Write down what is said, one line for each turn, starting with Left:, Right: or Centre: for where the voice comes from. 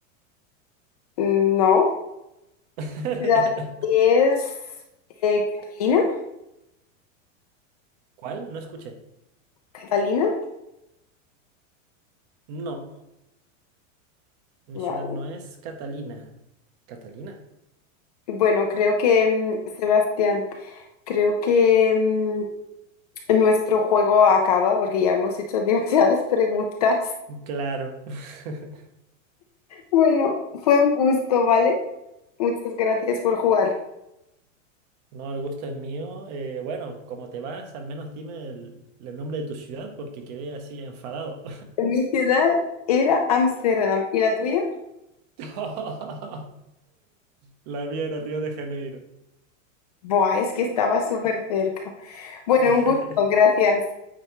Left: No.
Right: <laughs>
Left: ciudad es eh, Catalina.
Right: ¿Cuál? No escuché.
Left: Catalina.
Right: No, mi
Left: Vale.
Right: ciudad no es Catalina. ¿Catalina?
Left: Bueno, creo que, mm, Sebastián, creo que mm, nuestro juego acaba porque ya hemos hecho <laughs> demasiadas preguntas.
Right: Claro. <laughs>
Left: Bueno, fue un gusto, ¿vale? Muchas gracias por jugar.
Right: No, el gusto es mío. Eh, bueno, como te vas, al menos dime el, el nombre de tu ciudad porque quedé así enfadado.
Left: Mi ciudad era Ámsterdam. ¿Y la tuya?
Right: <laughs> La mía era Río de Janeiro.
Left: Buah, es que estaba súper cerca. Bueno,
Right: <laughs>
Left: un gusto, gracias.